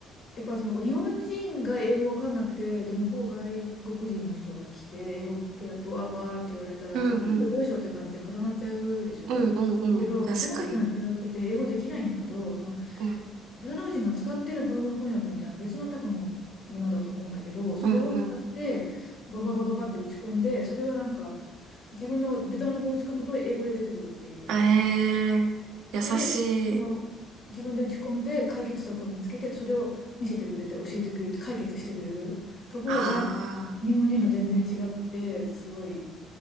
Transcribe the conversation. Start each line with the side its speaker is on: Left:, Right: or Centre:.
Left: やっぱその日本人が英語わかんなくて、で、向こう外国人の人が来て、英語ペラブワブワって言われたら、
Right: うんうん。
Left: そう、どうしようどうしようって感じで固まっちゃうでしょだけど、
Right: うんうんうん。確かに。
Left: ベトナム人は違ってて、英語できないんだけど、その、
Right: うん。
Left: ベトナム人が使ってる Google 翻訳みたいな別の多分、ものだと思うんだけど、それを使って、
Right: うんうん。
Left: バババババって打ち込んで、それはなんか、自分のベトナム語を打ち込むと英語で出てくるっていうのが。
Right: あえー、優しい。
Left: それで、その、自分で打ち込んで解決策を見つけて、それを見せてくれて、教えてくれて、解決してくれるところが、
Right: ああ。
Left: 日本人と全然違って、すごい